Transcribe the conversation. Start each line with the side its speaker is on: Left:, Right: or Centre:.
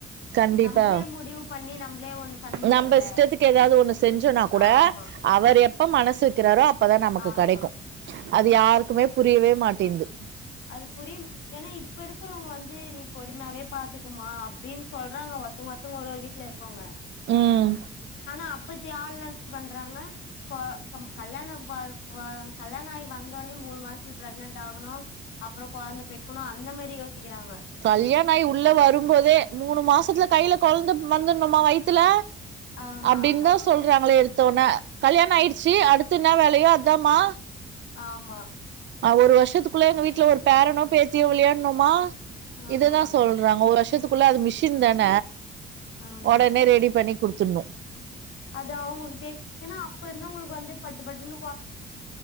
Right: கண்டிப்பா
Left: நம்பளே முடிவு பண்ணி நம்பளே ஒண்ணு பண்ண முடியாதுல்ல
Right: நம்ப இஷ்டத்துக்கு எதாவ்து ஒன்னு செஞ்சோனா கூட
Left: ஆமா
Right: அவர் எப்ப மனசு வெக்கிறாரோ அப்பதா நமக்கு
Left: ஆமா
Right: கெடைக்கு அது யாரு க்குமே புரியவே மாட்டின்ந்து
Left: அது புரியுமா ஏனா இப்ப இருக்கிறவ்ங்க வந்து நீ பொறுமையாவே பாத்துக்குமா அப்டின் சொல்றாங்க ஒத்து மொத்து ஒரு ஒரு வீட்ல இருக்கவ்ங்க
Right: ம்
Left: ஆனா அப்பத்தி ஆள்லென் பண்றாங்க கொ கம் கல்யாண வ வ கல்யாண ஆகி வந்தோனே மூணு மாசத்துல பிரெக்னென்ட் ஆகணு அப்றோ கொழந்த பெக்கணு அந்த மாரி யோசிக்கிறாங்க
Right: கல்யாண ஆயி உள்ள வரும் போதே மூணு மாசத்துல கைல கொழந்த வந்துர்ணுமா வயித்துல
Left: ஆமா
Right: அப்டின்தா
Left: ஆமா
Right: சொல்றாங்களே எடுத் தோன கல்யாண ஆயிடுச்சு அடுத்து என்ன வேலையோ அதாமா
Left: ஆமா
Right: அ ஒரு வர்ஷத்துக்குள்ள எங்க வீட்ல ஒர் பேரனோ பேத்தியோ விளையாட்ணுமா
Left: ஆமா
Right: இததா
Left: ஆமா
Right: சொல்றாங்க ஒரு வர்ஷத்துக்குள்ள அது மிஷின் தான
Left: ஆமா
Right: ஒடனே ரெடி பண்ணி குடுத்துணு
Left: அது அவுங்ளுக்கு தே ஏனா அப்ப இருந்தவுங்ளுக்கு வந்து பட்டு பட்டுனு